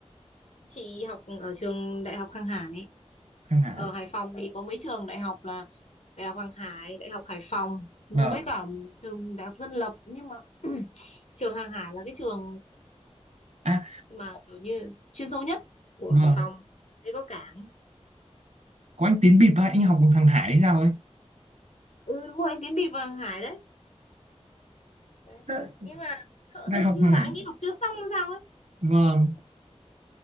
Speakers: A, on the left (about 75°); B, on the right (about 75°).
A: chị học ở trường đại học Hàng Hải
B: Hàng Hải
A: ở Hải Phòng thì có mấy trường đại học là đại học Hàng Hải đại học Hải Phòng với
B: vâng
A: cả trường đại học dân lập nhưng mà <clears throat> trường Hàng Hải là cái trường
B: à
A: mà kiểu như chuyên sâu nhất của
B: vâng
A: Hải Phòng đấy có cảng
B: có anh Tín Bịp á anh học bằng hàng Hải hay sao ấy
A: ừ đúng rồi anh Tiến bị Vàng Hải đấy Đấy.
B: Thế-
A: nhưng mà khở-
B: đại học
A: hình như
B: hàng
A: là
B: Hải
A: anh ấy học chưa xong hay sao ấy
B: vâng